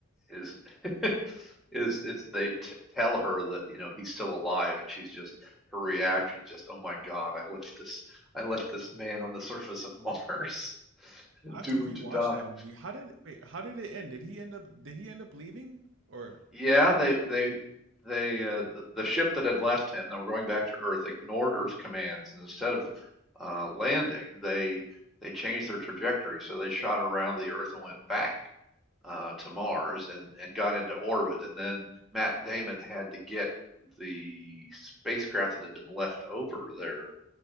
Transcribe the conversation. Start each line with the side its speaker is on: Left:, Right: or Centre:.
Centre: is <laughs> is it's they t- tell her that you know he's still alive and she's just her reaction is just oh my god I left this I left this man on the surface of Mars <laughs>
Right: I have
Centre: doomed
Right: to rewatch
Centre: to die
Right: that movie. How did wait? How did it end? Did he end up? Did he end up leaving? Or
Centre: yeah they they they uh, the ship that had left him that were going back to Earth ignored Earth's commands and instead of uh, landing they they changed their trajectory so they shot around the Earth and went back uh, to Mars and, and got into orbit. And then Matt Damon had to get the spacecraft that had been left over there